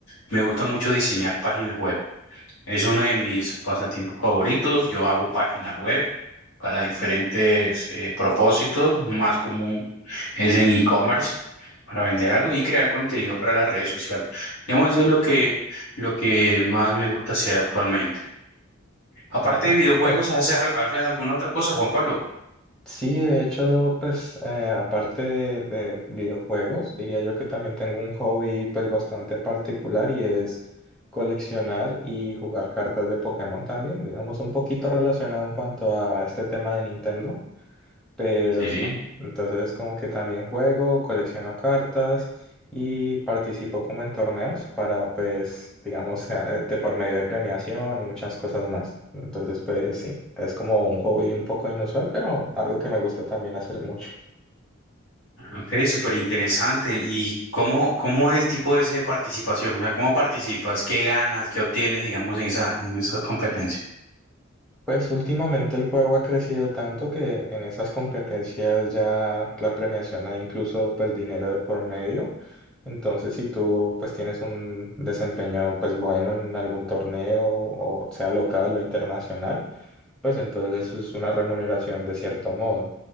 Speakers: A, on the left; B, in the centre.
A: me gusta mucho diseñar páginas web. Es uno de mis pasatiempos favoritos. Yo hago páginas web para diferentes eh, propósitos. Más común es en e-commerce, para vender algo y crear contenido para las redes sociales. Digamos, eso es lo que, lo que más me gusta hacer actualmente. Aparte
B: Ah,
A: de
B: súper.
A: videojuegos, ¿haces, al- haces alguna otra cosa, Juan Pablo?
B: Sí, de hecho, pues eh, aparte de, de videojuegos, diría yo que también tengo un hobby pues bastante particular y es coleccionar y jugar cartas de Pokémon también, digamos un poquito relacionado en cuanto a este tema de Nintendo. Pero
A: Sí.
B: sí, entonces como que también juego, colecciono cartas y participo como en torneos para pues, digamos, <laughs> eh, de por medio de premiación y muchas cosas más. Entonces pues sí, es como un hobby un poco inusual, pero algo que me gusta también hacer mucho.
A: Ok, súper interesante. ¿Y cómo, cómo es el tipo ese de participación? O sea, ¿cómo participas? ¿Qué ganas? ¿Qué obtienes, digamos, en esa, en esas competencias?
B: Pues últimamente el juego ha crecido tanto que en esas competencias ya la premiación hay incluso pues dinero de por medio. Entonces si tú pues tienes un desempeño pues bueno en algún torneo o sea local o internacional, pues entonces eso es una remuneración de cierto modo.